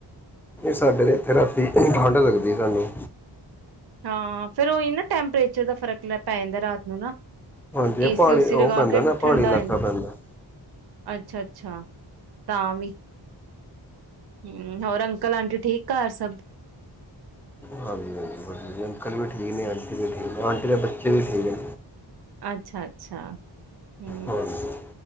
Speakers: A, in the centre; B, on the right.
A: ਸਾਡੇ ਏਥੇ ਰਾਤੀ ਠੰ ਲੱਗਦੀ ਸਾਨੂੰ
B: ਹਾਂ, ਫੇਰ ਉਹੀ ਨਾ-' ਟੈਂਪਰੇਰ ਰ ਦਾ ਫਰਕ ਲੈ ਪੈ ਜਾਂਦਾ ਰਾਤ ਨੂੰ, ਨਾ
A: ਹਾਂਜੀ ਇਹ
B: ਏਸੀ
A: ਪਹਾੜੀ
B: ਸੀ
A: ਉਹ
B: ਲਗਾ
A: ਪੈਂਦਾ
B: ਕੇ
A: ਨਾ ਪਹਾੜੀ
B: ਠੰਡਾ
A: ਇਲਾਕਾ
B: ਹੋ ਜਾਂਦਾ।
A: ਪੈਂਦਾ
B: ਅੱਛਾ- ਅੱਛਾ, ਤਾਂ ਵੀ ਹਮ ਹੋਰ ਅੰਕਲ ਆਂਟੀ ਠੀਕ ਘਰ ਸਭ?
A: ਹਾਂਜੀ, ਹਾਂਜੀ, ਵੀ ਅੰਕਲ ਵੀ ਠੀਕ ਨੇ ਆਂਟੀ ਵੀ ਠੀਕ ਨੇ ਆਂਟੀ ਦੇ ਬੱਚੇ ਵੀ ਠੀਕ ਨੇ।
B: ਅੱਛਾ, ਅੱਛਾ। ਹਮ,
A: ਹਾਂਜੀ